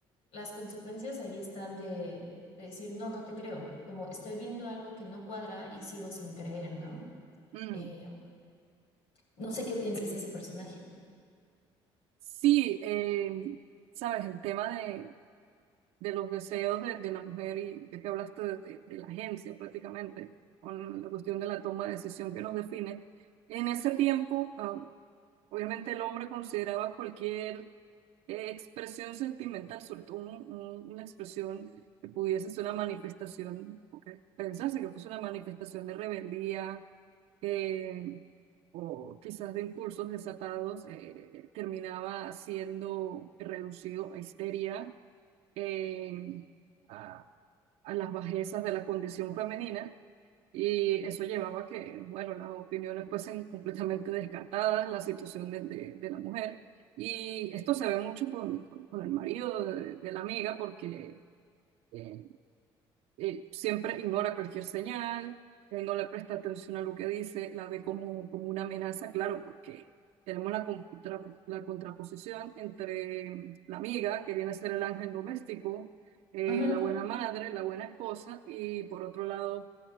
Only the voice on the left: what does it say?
las consecuencias ahí están de, de decir, no, no te creo, como estoy viendo algo que no cuadra y sigo sin creer, ¿no?
Eh, no sé qué pienses de ese personaje.
Ujú.